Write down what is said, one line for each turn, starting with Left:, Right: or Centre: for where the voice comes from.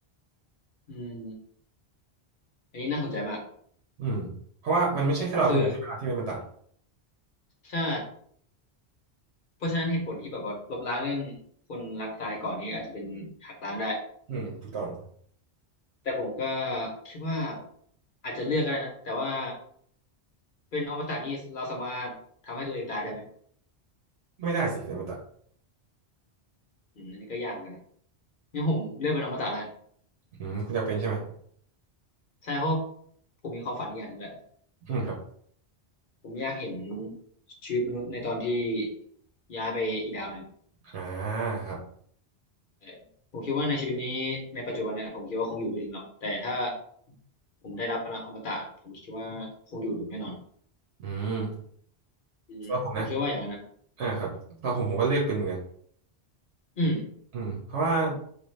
Left: อืมอันนี้น่าสนใจมาก
Right: อืมเพราะว่ามันไม่ใช่แค่เราคนเดียวใช่ไหมล่ะที่เป็นมันตะ
Left: คือใช่เพราะฉะนั้นเหตุผลที่แบบว่าลบล้างเรื่องคนรักตายก่อนนี้อาจจะเป็นหักล้างได้
Right: อืมถูกต้อง
Left: แต่ผมก็คิดว่าอาจจะเลือกก็ได้นะแต่ว่าเป็นอมตะนี่เราสามารถทำให้ตัวเองตายได้ไหม
Right: ไม่ได้สิเป็นมันตะ
Left: อืมอันนี้ก็ยากเหมือนกันนะงั้นผมเลือกเป็นอมตะแล้วกัน
Right: อืมคุณอยากเป็นใช่ไหม
Left: ใช่เพราะผมมีความฝันอีกอย่างหนึ่งแหละ
Right: อืมครับ
Left: ผมอยากเห็นชีวิตมนุษย์ในตอนที่ย้ายไปอีกดาวหนึ่ง
Right: อ่าครับ
Left: เออผมคิดว่าในชีวิตนี้ในปัจจุบันเนี่ยผมคิดว่าคงอยู่ไม่ถึงหรอกแต่ถ้าผมได้รับพลังอมตะผมคิดว่าคงอยู่ถึงแน่นอน
Right: อืม
Left: อืมผมคิดว่าอย่างนั้นนะ
Right: สำหรับผมนะอ่าครับสำหรับผมผมก็เลือกเป็นเหมือนกัน
Left: อืม
Right: อืมเพราะว่า